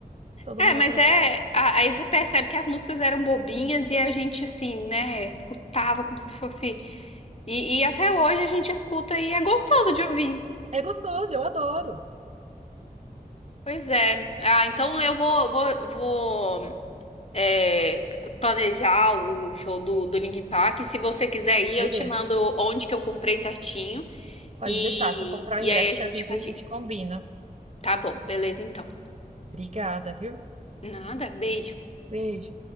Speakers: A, on the right; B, on the left.
A: Todo
B: É,
A: mundo
B: mas
A: aproveitou.
B: é. a- Aí você percebe que as músicas eram bobinhas e a gente, assim, né, escutava como se fosse. E, e até hoje a gente escuta e é gostoso de ouvir.
A: É gostoso, eu adoro.
B: Pois é. Ah, então eu vou, vou, vou é, planejar o show do, do Linkin Park. Se você quiser ir,
A: Beleza,
B: eu te mando onde que eu comprei certinho
A: pode
B: e,
A: deixar. Se eu comprar o
B: e
A: ingresso,
B: aí a gente
A: te aviso,
B: combina.
A: a gente combina.
B: Tá bom, beleza então.
A: Obrigada, viu?
B: Nada, beijo.
A: Beijo.